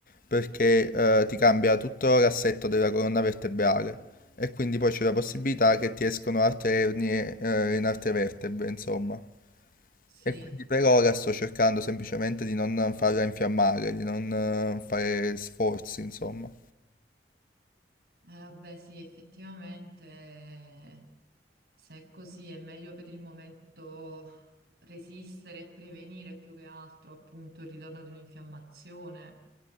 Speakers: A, on the left; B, on the right.
A: perché eh, ti cambia tutto l'assetto della colonna vertebrale e quindi poi c'è la possibilità che ti escono altre ernie eh, in altre vertebre, insomma.
B: sì.
A: E quindi per ora sto cercando semplicemente di non farla infiammare, di non eh, fare sforzi, insomma.
B: Eh, vabbè, sì, effettivamente, eh, se è così è meglio per il momento resistere e prevenire più che altro appunto il ritorno di un'infiammazione,